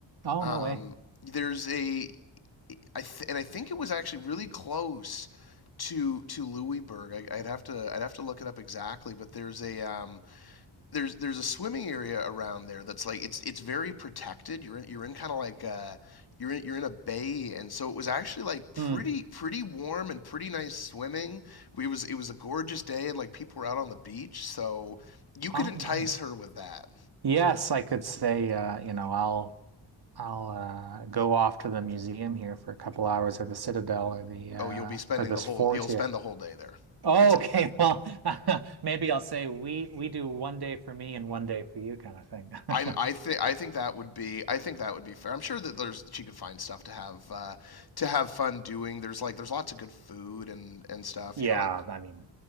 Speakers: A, on the right; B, on the left.
A: Oh,
B: Um,
A: no way.
B: there's a I th- and I think it was actually really close to to Louisburg. I, would have to I'd have to look it up exactly, but there's a um, there's there's a swimming area around there that's like it's it's very protected. You're in you're in kind of like a, you're in you're in a bay, and so it was actually like pretty
A: Hmm.
B: pretty warm and pretty nice swimming. We was it was a gorgeous day, and like people were out on the beach, so you could
A: Oh,
B: entice
A: nice.
B: her with that.
A: Yes, I could say, uh, you know, I'll I'll uh, go off to the museum here for a couple hours, or the Citadel, or the uh,
B: Oh, you'll be spending
A: or this
B: the whole
A: fort
B: you'll
A: here.
B: spend the whole day there.
A: Oh,
B: It's
A: okay, well, <laughs> maybe I'll say we we do one day for me and one day for you, kind of thing. <laughs>
B: I I think I think that would be I think that would be fair. I'm sure that there's she could find stuff to have uh, to have fun doing. There's like there's lots of good food and and stuff.
A: Yeah,
B: You know, like
A: I mean,